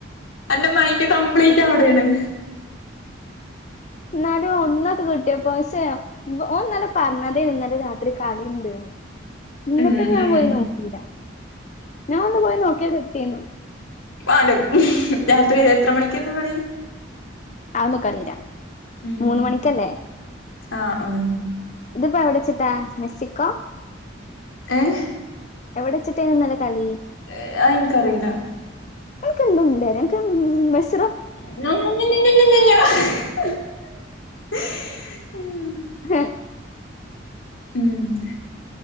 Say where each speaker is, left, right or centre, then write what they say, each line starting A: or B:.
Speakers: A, on the left; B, on the left.
A: അന്റെ മൈൻഡ്കംപ്ലീറ്റവിടെണ്
B: ഇന്നാലും ഒന്നൊന്ക്ക്കിട്ടിയപ്പോ ഛെ ഓ ഇന്നലെ പറഞ്ഞതേ ഇന്നലെ രാത്രി കളിണ്ട്
A: <inaudible>
B: ഇന്നിട്ടും ഞാൻ
A: ഉം
B: പോയി നോക്കിലാ ഞാനൊന്ന് പോയിനോക്കിയാ കിട്ടീന്നു.
A: പാലം രാത്രി എത്ര മണിക്കെര്ന്ന് കളി
B: അഒന്നു എനിക്കറില
A: ഉം
B: മൂന്നുമണിക്കല്ലേ.
A: ആഹ് ഉം
B: ഇത്പ്പെവിടെച്ചിട്ടാ മെസ്സിക്കോ
A: ഏഹ്
B: എവിടെച്ചിട്ടേന്ന് ഇന്നലെ കളി
A: ഏഹ് അയിൻക്കറില
B: <unintelligible> ഞങ്ങക്ക് മെസ്സ്
A: <unintelligible> ഉം
B: ഹ്
A: ഉം